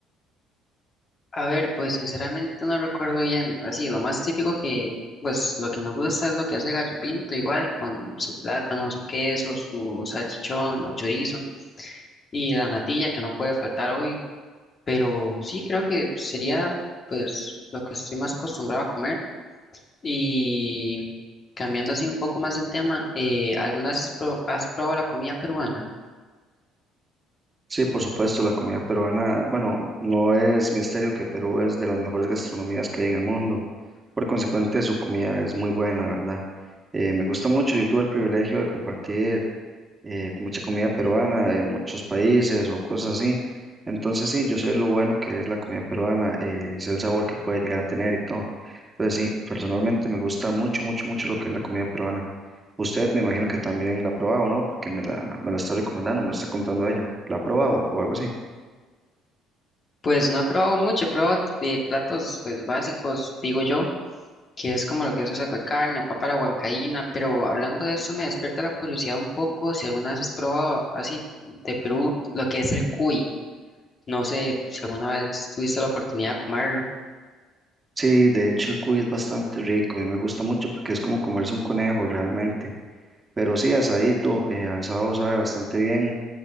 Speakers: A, on the left; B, on the right.
A: A ver, pues sinceramente no recuerdo bien, así, lo más típico que, pues lo que me gusta es lo que hace Gallo Pinto, igual con su plátano, su queso, su salchichón o chorizo y la natilla que no puede faltar, obvio, pero sí creo que sería pues lo que estoy más acostumbrado a comer y cambiando así un poco más el tema, eh, ¿alguna vez has pro- has probado la comida peruana?
B: Sí, por supuesto, la comida peruana, bueno, no es misterio que Perú es de las mejores gastronomías que hay en el mundo. Por consecuente, su comida es muy buena, ¿verdad? Eh, me gusta mucho. Yo tuve el privilegio de compartir eh, mucha comida peruana de muchos países o cosas así. Entonces sí, yo sé lo bueno que es la comida peruana, eh, sé el sabor que puede llegar a tener y todo. Entonces sí, personalmente me gusta mucho, mucho, mucho lo que es la comida peruana. Usted me imagino que también la ha probado, ¿no? Porque me la, me la está recomendando, me está contando ella. ¿La ha probado o algo así?
A: Pues no he probado mucho, he probado eh, platos pues básicos, digo yo. que es como lo que es un saco de carne o papa a la huancaína, pero hablando de esto me despierta la curiosidad un poco si alguna vez has probado así de Perú lo que es el cuy. No sé si alguna vez tuviste la oportunidad de comerlo.
B: Sí, de hecho el cuy es bastante rico, a mí me gusta mucho porque es como comerse un conejo realmente. Pero sí, asadito, eh, al sábado sabe bastante bien.